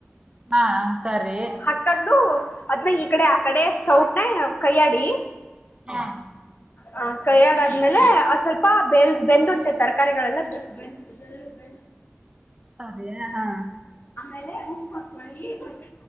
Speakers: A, on the right (about 20°); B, on the left (about 50°).
A: ಹಾ ಸರಿ
B: ಹಾಕ್ಕೊಂಡು ಅದ್ನ್ನ ಈ ಕಡೆ ಆ ಕಡೆ ಸೌಟ್ ನ ಕಯಡಿ
A: ಹಾ
B: ಹ ಕೈಯಡಾದ್ಮೇಲೆ ಅ ಸ್ವಲ್ಪ ಬೆಲ್ ಬೆಂದುತ್ತೆ ತರಕಾರಿಗಳೆಲ್ಲ ಬೆಳತ
A: ಅದೆಯ ಹಾ
B: ಆೇಲೆ ಉಪ್ಪು ಹಾಕೊಳ್ಳಿ ಈಗ